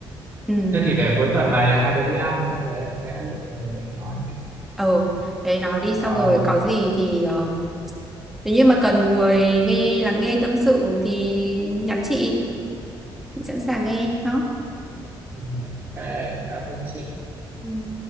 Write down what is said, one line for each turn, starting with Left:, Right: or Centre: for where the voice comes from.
Centre: ừ
Right: Thế thì để cuối tuần này hai đứa đi ăn xong rồi em sẽ lựa lời để em nói xem.
Centre: ờ đấy nói đi
Right: Ờ,
Centre: xong rồi có gì thì ờ, nếu như mà cần người nghe lắng nghe tâm sự thì nhắn chị chị sẵn sàng nghe đó
Right: ừ, ok, em cảm ơn chị.
Centre: Ừ.